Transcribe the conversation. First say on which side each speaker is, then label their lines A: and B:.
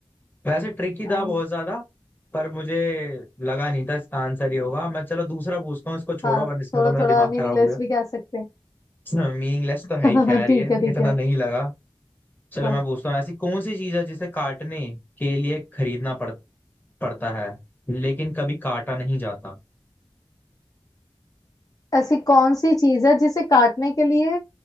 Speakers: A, on the left (about 20°); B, on the left (about 40°).
A: वैसे ट्रिकी
B: हाँ
A: था बहुत ज्यादा पर मुझे लगा नहीं था इसका आंसर ये होगा मैं चलो दूसरा पूछता हूँ इसको छोड़ो
B: हाँ
A: वरना इसमें
B: थोड़ा
A: तो मेरा
B: थोड़ा
A: दिमाग
B: मीनिंगलेस
A: खराब हो गया
B: भी कह सकते
A: <laughs> मीनिंगलेस तो है
B: हैं
A: ही खैर
B: <laughs> ठीक
A: ये
B: है ठीक
A: इतना
B: है
A: नहीं लगा चलो
B: हाँ।
A: मैं पूछता हूँ ऐसी कौन सी चीज है जिसे काटने के लिए खरीदना पड़, पड़ता है लेकिन कभी काटा नहीं जाता
B: ऐसी कौन सी चीज है जिसे काटने के लिए